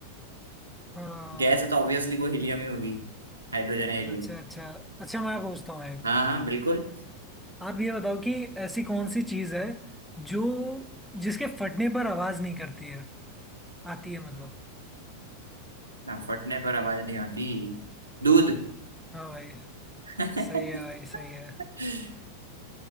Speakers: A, in the centre; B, on the right.
A: हाँ
B: <laughs> गैस है तो ऑब्वियसली वो हीलियम ही होगी हाइड्रोजन या हीलियम
A: अच्छा अच्छा अच्छा मैं पूछता हूँ एक
B: हाँ हाँ बिल्कुल
A: आप ये बताओ कि ऐसी कौन सी चीज है जो जिसके फटने पर आवाज नहीं करती है आती है मतलब
B: हाँ, फटने पर आवाज नहीं आती दूध
A: हाँ भाई
B: <laughs>
A: सही है भाई सही है